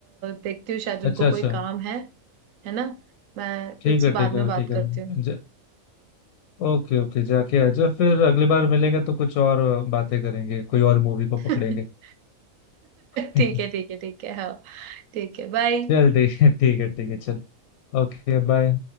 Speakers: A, on the right; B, on the left.
A: देखती हूँ शायद उनको
B: अच्छा
A: कोई
B: अच्छा
A: काम है है ना मैं
B: ठीक
A: तुझसे
B: है
A: बाद
B: ठीक
A: में
B: है
A: बात
B: ठीक है
A: करती हूँ
B: ज, ओके ओके जाके आ जाओ फिर अगली बार मिलेंगे तो कुछ और बातें करेंगे कोई और मूवी को
A: <laughs>
B: पकड़ेंगे <laughs>
A: ठीक है ठीक है ठीक है हाँ ठीक है बाय
B: चल ठीक है ठीक है ठीक है चल ओके बाय